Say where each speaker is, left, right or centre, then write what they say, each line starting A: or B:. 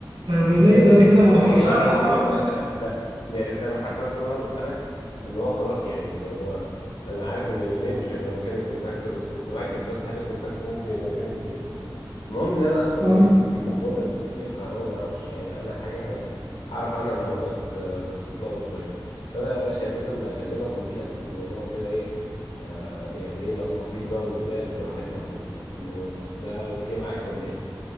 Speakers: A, on the right; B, on the left.
A: ده الريلي
B: ايوه
A: ده
B: آه،
A: كده
B: اكيد طبعا
A: هيفرقع
B: لا لا دي خلاص
A: <laughs>
B: عرفتها دي عرفتها انا حتى اصلا انا بسالك اللي هو خلاص يعني اللي هو انا عارف ان الريلي مش هيبقى مكان الكونتاكتور بس كنت باكد بس هل الكونتاكتور ممكن يبقى مكان الريلي بس المهم ان انا اصلا
A: اه
B: لقيت ان في كومبوننتس كتير كهرباء ما اعرفش يعني عنها حاجه او اعرف عنها معلومات آه، بس متلخبط شويه فانا يا باشا لازم اكلمك واجي لك ونقعد كده ايه آه، يعني ايه نستفيض بقى ونتناقش براحتنا في ال- في الموضوع ده ده اوكي معاك ولا ايه